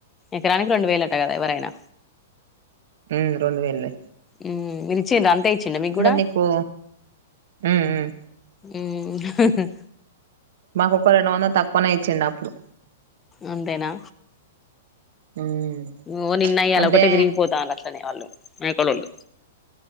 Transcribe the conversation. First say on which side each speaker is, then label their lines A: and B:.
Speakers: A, on the left; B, on the right.
A: ఎకరానికి రెండు వేలు అట్టా కదా ఎవరైనా
B: హ్ రెండు వేలులే
A: ఉ మీరు ఇచ్చిళ్ళ అంతే ఇచ్చిండ మీకు కూడా
B: నీకు ఉమ్ ఉమ్
A: ఉ హాహా
B: మాకు ఒక రెండు వందలు తక్కువనే ఇచ్చిండు అప్పుడు
A: అంతేనా
B: ఉమ్
A: ఓ నిన్నయ్యలా
B: అంటే
A: ఒకటే తిరిగిపోతల్లు అట్లా అట్లానే వాళ్ళు మేకలొల్లు